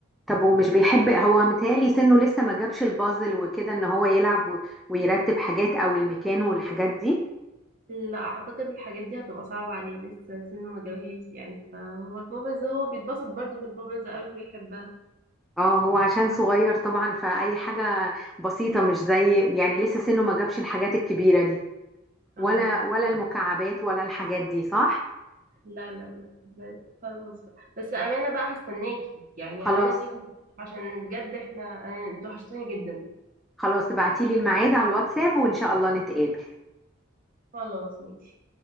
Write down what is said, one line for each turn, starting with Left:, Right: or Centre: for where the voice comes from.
Centre: طب هو مش بيحب هو متهيألي سنه لسه ما جابش البازل وكده ان هو يلعب و- ويرتب حاجات او المكان والحاجات دي
Right: لا أعتقد الحاجات دي هتبقى صعبة عليه لسه سنه ما جابهاش يعني فهو البابلز هو بيتبسط برضه بالبابلز أوي بيحبها
Centre: اه هو عشان صغير طبعا فأي حاجة بسيطة مش زي يعني لسه سنه ما جابش الحاجات الكبيرة دي ولا
Right: اه اه
Centre: ولا المكعبات ولا الحاجات دي صح
Right: لا لا لا ب- خلاص بقى بس أمانة بقى هستناكي يعني
Centre: خلاص
Right: أمانة تيجي عشان بجد احنا أنا انتوا وحشتوني جدا
Centre: خلاص ابعتيلي الميعاد على الواتساب وإن شاء الله نتقابل
Right: خلاص ماشي